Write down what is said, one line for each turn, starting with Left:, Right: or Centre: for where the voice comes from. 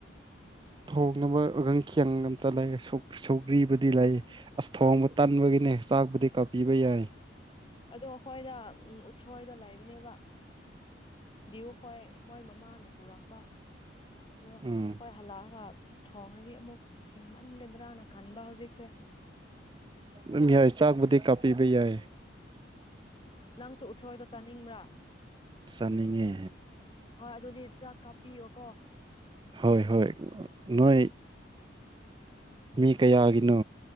Right: ꯊꯣꯡꯅꯕ ꯑꯒꯪ ꯈꯤꯌꯦꯟ ꯑꯝꯇ ꯂꯩꯒꯦ ꯁꯧ ꯁꯧꯒ꯭ꯔꯤ ꯗꯤ ꯂꯩ ꯑꯁ ꯊꯣꯡꯕ ꯇꯟꯕꯒꯤꯅꯦ ꯆꯥꯛꯄꯨꯗꯤ ꯀꯥꯞꯄꯤꯕ ꯌꯥꯏ
Left: ꯑꯗꯣ ꯑꯩꯈꯣꯏꯗ ꯎꯝ ꯎꯠꯁꯣꯏꯗꯣ ꯂꯩꯕꯅꯦꯕ ꯗꯤꯎ ꯍꯣꯏ ꯃꯣꯏ ꯃꯃꯥꯅ ꯄꯨꯔꯛꯄ ꯑꯗꯣ
Right: ꯎꯝ
Left: ꯍꯣꯏ ꯍꯜꯂꯛꯑꯒ ꯊꯣꯡꯉꯔꯥꯗꯤ ꯑꯃꯨꯛ ꯊꯤꯡꯃꯟꯒꯗ꯭ꯔꯥꯅ ꯈꯟꯕ ꯍꯧꯖꯤꯛꯁꯦ
Right: ꯎꯝ ꯌꯥꯏ ꯆꯥꯛꯕꯨꯗꯤ ꯀꯥꯞꯄꯤꯕ ꯌꯥꯏ
Left: ꯅꯪꯁꯨ ꯎꯠꯁꯣꯏꯗꯣ ꯆꯥꯅꯤꯡꯕ꯭ꯔꯥ
Right: ꯆꯥꯅꯤꯡꯉꯦ
Left: ꯍꯣꯏ ꯑꯗꯨꯗꯤ ꯆꯥꯛ ꯀꯥꯞꯄꯤꯌꯣꯀꯣ
Right: ꯍꯣꯏ ꯍꯣꯏ ꯅꯣꯏ ꯃꯤ ꯀꯌꯥꯒꯤꯅꯣ